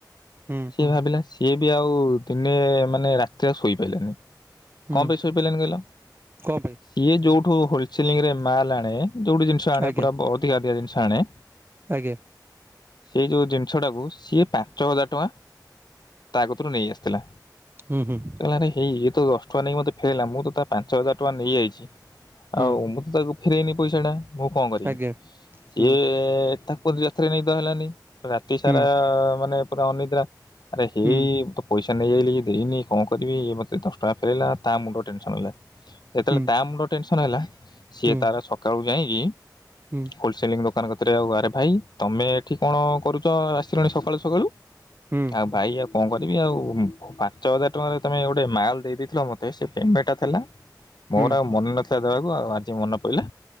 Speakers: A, on the right; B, on the left.
A: ହୁଁ
B: ସିଏ ଭାବିଲା ସିଏ ବି ଆଉ ଦିନେ ମାନେ ରାତିରେ ଆଉ ଶୋଇପାରିଲାନି।
A: ହୁଁ
B: କଣ ପାଇଁ ସୋଇପାରିଲାଣି କହିଲ
A: କଣ ପାଇଁ
B: ସିଏ ଯୋଉଠି ଯୋଉ ହୋଲସେଲିଙ୍ଗ୍ ରେ ମାଲ ଆଣେ ଯୋଉ ଜିନି
A: ଆଜ୍ଞା
B: <unintelligible> ଥାଣେ
A: ଆଜ୍ଞା।
B: ସେଇ ଯୋଉ ଜିନିଷ ଟାକୁ ସିଏ ପାଞ୍ଚ ହଜାର ଟଙ୍କା ତା କତିରୁ ନେଇ ଆସିଥିଲା।
A: ହୁଁ ହୁଁ
B: ଆରେ ହେଇ ଏଇତ ନେଇ ମତେ ଫେରିଲ ମୁଁ ତ ତା ପାଞ୍ଚ ହଜାର ଟଙ୍କା ନେଇଯାଇଛି।
A: ହୁଁ
B: ଆଉ ମୁଁ ତ ତାକୁ ଫେରେଇନି ପଇସା ଟା କଣ କରିବା
A: ଆଜ୍ଞା ହୁଁ
B: ଇଏ ତା ମତେ ରାତିରେ ନିଦ ହେଲାନି। ରାତି ସାରା
A: ହୁଁ
B: ମାନେ ପୁରା ଅନିଦ୍ରା ଆରେ ହେଇ
A: ହୁଁ
B: ତ ପଇସା ସେ ନେଇ ଯାଇଚି ଦେଇନି କଣ କରିବି ଇଏ ମତେ ଦଶ ଟଙ୍କା ଫେରାଇଲା ତା ମୁଣ୍ଡ ଟେନସନ ହେଲା। ଯେତେବେଳେ
A: ହୁଁ
B: ତା ମୁଣ୍ଡ ଟେନସନ କଣ ହେଲା? ସିଏ
A: ହୁଁ
B: ତାର ସକାଳୁ କାଇଁ କି
A: ହୁଁ
B: ହୋଲସେଲିଂ ଦୋକାନ କଥା ଆଉରେ ଭାଇ ତମେ ଏଠି କଣ କରୁଛ ଆସିଲଣି ସକାଳୁ ସକାଳୁ
A: ହୁଁ
B: ଆଉ ଭାଇ ଆଉ କଣ କରଛ? ଆଉ ପାଞ୍ଚ ହଜାର ଟଙ୍କାରେ ତମେ ଗୋଟେ ମାଲ ଦେଇ ଦେଇେଇଥିଲ ମତେ ସେ ପେମେଣ୍ଟ ଟା ଥିଲା ମୋର
A: ହୁଁ
B: ଆଉ ମନ ନଥିଲା। ଦେବାକୁ ଆଉ ଆଜି ମନେ ପଡିଲା।